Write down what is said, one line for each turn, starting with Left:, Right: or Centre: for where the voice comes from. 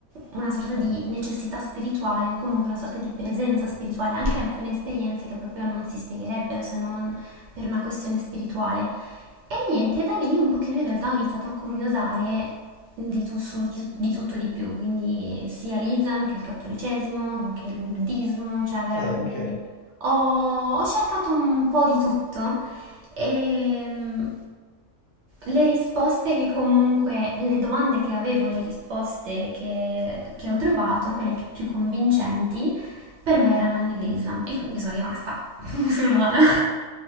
Right: una sorta di necessità spirituale, o comunque una sorta di presenza spirituale, anche alcune esperienze che proprio non si spiegherebbero se non per una questione spirituale. E niente, da lì un pochino in realtà ho iniziato a curiosare di, tu- su- di- di tutto di più, quindi sia l'Islam che il cattolicesimo, che il buddismo, cioè veramente
Left: Ah, ok.
Right: ho, ho cercato un po' di tutto e mm, le risposte che comunque, le domande che avevo, e le risposte che, che ho trovato, quelle che più convincenti, per me erano nell'Islam e quindi sono rimasta <laughs> musulmana.
Left: <laughs>